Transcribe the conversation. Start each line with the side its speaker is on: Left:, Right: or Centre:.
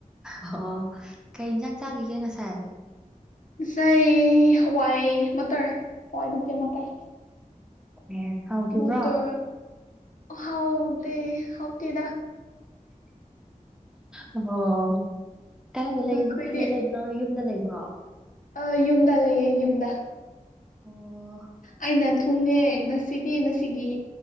Centre: ꯑꯣ ꯀꯩ ꯏꯟꯖꯥꯡ ꯆꯥꯈꯤꯒꯦ ꯉꯁꯥꯏ
Left: ꯏ ꯍꯋꯥꯏ ꯃꯇꯇꯔ ꯍꯋꯥꯏ ꯅꯠꯇꯦ ꯃꯇꯔ
Centre: ꯑꯦ ꯍꯥꯎꯈꯤꯕ꯭ꯔꯣ
Left: ꯃꯠꯇ ꯍꯥꯎꯗꯦ ꯍꯥꯎꯗꯤꯗ
Centre: ꯑꯣ ꯀꯗꯥꯗ ꯂꯩꯒꯦ
Left: ꯅꯈꯣꯏꯗꯤ
Centre: ꯍꯛꯇꯦꯜꯗ ꯂꯩꯕ꯭ꯔꯣ ꯌꯨꯝꯗ ꯂꯩꯕ꯭ꯔꯣ
Left: ꯑ ꯌꯨꯝꯗ ꯂꯩꯌꯦ ꯌꯨꯝꯗ
Centre: ꯑꯣ
Left: ꯑꯩꯅ ꯊꯨꯡꯉꯦ ꯉꯁꯤꯗꯤ ꯉꯁꯤꯒꯤ